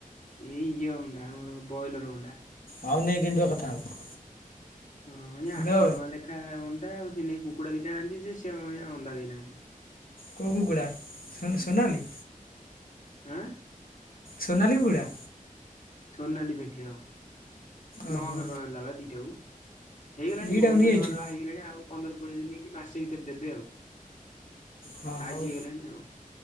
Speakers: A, on the left; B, on the left.
A: ଏଇ ଇଏ ଅଣ୍ଡା ଆମର ବୟଲର ଅଣ୍ଡା।
B: ହଉ ନେ ଗେଣ୍ଡୁଆ କଥା ହବ।
A: ହଁ ଆଜ୍ଞା ଆଠ
B: ଲୋ
A: ଟଙ୍କା ଲେଖା ଅଣ୍ଡା ଆଉ ସେ ନେଇ କୁକୁଡ଼ା ଦିଟା ଆଣିଚି ଯେ ସେ ଅଣ୍ଡା ଦେଇନାହାନ୍ତି।
B: କଉ କୁକୁୁଡ଼ା ମାନେ ସୋନାଲି?
A: ଆଁ।
B: ସୋନାଲି କୁକୁଡ଼ା?
A: ସୋନାଲି ପେଣ୍ଠି ହଁ।
B: ଓହୋ
A: ନଅଶହ ଟଙ୍କା ନେଲା ବା ଦିଟା କୁ ହେଇଗଲାଣି
B: ଦିଟାକୁ
A: ଅଣ୍ଡା
B: ନେଇଯାଇଛୁ
A: ଦବା ଦବା ହେଇଗଲାଣି ଆଉ ପନ୍ଦର କୋଡିଏ ଦିନି କି ମାସେ ଭିତରେ ଦେବେ ଆଉ
B: ହଁ
A: ସାଇଯ
B: ହଉ
A: ହେଇଗଲାଣି ଆଉ।